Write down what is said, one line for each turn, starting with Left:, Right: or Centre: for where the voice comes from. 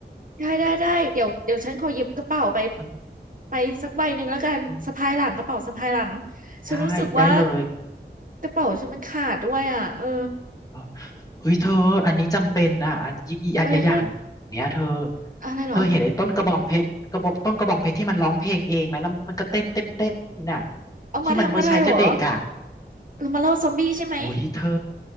Right: ได้ได้ได้เดี๋ยวเดี๋ยวฉันขอหยิบกระเป๋าไป
Left: เออ
Right: ไปสักใบหนึ่งแล้วกันสะพายหลังกระเป๋าสะพายหลัง
Left: เออได้ได้เลย
Right: ฉันรู้สึกว่า กระเป๋าฉันมันขาดด้วยอ่ะเออ
Left: เออเฮ้ยเธอ อันนี้จำเป็นอ่ะอันอีกอีกอีกอย่างเนี้ยเธอ
Right: อะไรขึ้นอะไรเหรอ
Left: เธอเห็นไอ้ต้นกระบองเพชรกระบอกต้นกระบองเพชรที่มันร้องเพลงเองไหมแล้วมันก็เต้นเต้นเต้นน่ะ
Right: เอามาทำอะไรเหรอ
Left: ที่มันไว้ใช้กับเด็กอ่ะ
Right: เอามาล่อซอมบี้ใช่ไหม
Left: โอ้ยเธอ